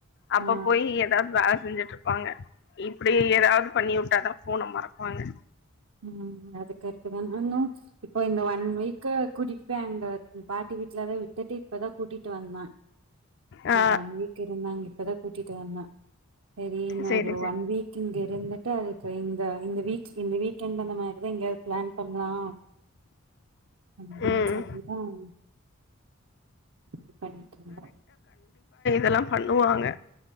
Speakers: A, on the left (about 55°); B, on the right (about 75°).
A: அப்ப
B: ஆ
A: போய் ஏதாவது வேலை செஞ்சு ட்ருப்பாங்க இப்படி ஏதாவது பண்ணி விட்டாதான் போனை மறப்பாங்க.
B: உம் அதுக்கர ட் தா நானும் இப்ப இந்த ஒன் வீக் கூட்டிட்டு போய் அங்க பாட்டி வீட்டுலதா விட்டுட்டு இப்பதான் கூட்டிட்டு வந்தேன். செரி
A: ஆ
B: ஒன் வீக் இருந்தங்க இப்பதான் கூட்டிட்டு வந்தன். சரி இன்னொ
A: சேரி
B: ஒரு
A: சேரி
B: ஒன் வீக் இங்க இருந்துட்டு அதுக்கு இந்த இந்த வீக் இந்த வீக் கென்ட் தான மாருது இங்க பிளான் பண்ணலாம். அப்டின்னு
A: ம்
B: சொல்லிதான் இது பண்ணிட்டு இருந்த.
A: தெல்லாம் பண்ணுவாங்க.